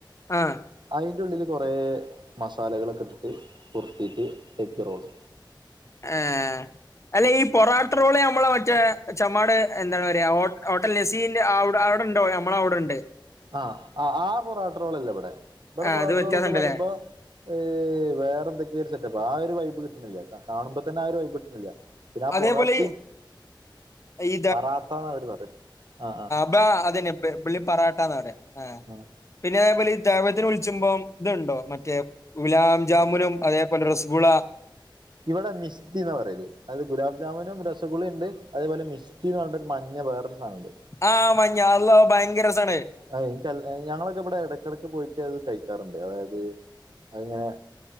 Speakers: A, on the left; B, on the right.
A: ആഹ്
B: അതിന്റെ ഉള്ളില് കുറേ മസാലകളൊക്കെ ഇട്ടിട്ട് കുറുത്തിയിട്ട് എഗ് റോള്
A: ആഹ് അല്ല ഈ പൊറാട്ടറോള് നമ്മളെ മറ്റേ ച്മാട് എന്താണ് പറയാ അ നസീന്റെ അവിടെ അവിടെണ്ടോ നമ്മള അവിടെണ്ട്
B: ആഹ ആ ആ പൊറാട്ടറോളല്ലേ ഇവിടെ ഇവിടെ
A: ആ
B: പൊറാട്ടറോളെന്ന്
A: അത് വ്യത്യാസം ഉണ്ടല്ലേ
B: പറയുമ്പോ ഏ വേറെ എന്തൊക്കെയ ഒരു സെറ്റപ്പ് ആ ഒരു വൈബ് കിട്ടുന്നില്ല കാണുമ്പോ തന്നെ ആ ഒരു വൈബ് കിട്ടണില്ല പിന്നെ ആ
A: അതേപോലെ
B: പൊറോട്ടേം
A: ഈ ഈ
B: പറാത്താന്നാ അവര് പറേന്നേ ആഹ് ആഹ്
A: ബ്ബാ അതന്നെ ബ്ബ് ബ്ളി പറാട്ടാ ന്നാ റയാ ആഹ്
B: ആഹ്
A: പിന്നെ <unintelligible> വിളിച്ചുമ്പോം ഇത്ണ്ടോ മറ്റേ ഗുലാബ് ജാമുനും അതേപോലെ റസഗുള
B: ഇവിടെ മിസ്ക്കിന്ന് പറയലേ അത് ഗുലാഭ് ജാമുനും പച്ചക്കുളി ഉണ്ട് അതേപോലെ മിസിക്കിന്ന് പറഞ്ഞിട്ട് മഞ്ഞ വേറരു സാധനുണ്ട്
A: ആഹ് മഞ്ഞ അള്ളാ ഭയങ്കര രസാണ്
B: <unintelligible> ഞങ്ങളൊക്കെ ഇവിടെ ഇടയ്ക്കിടയ്ക്ക് പോയിട്ട് അത് കഴിക്കാറുണ്ട് അതായത് അയിങ്ങനെ